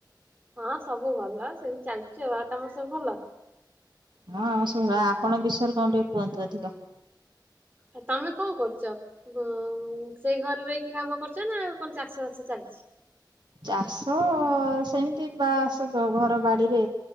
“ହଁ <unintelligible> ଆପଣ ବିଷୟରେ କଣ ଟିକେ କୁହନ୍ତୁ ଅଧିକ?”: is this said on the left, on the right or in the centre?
Right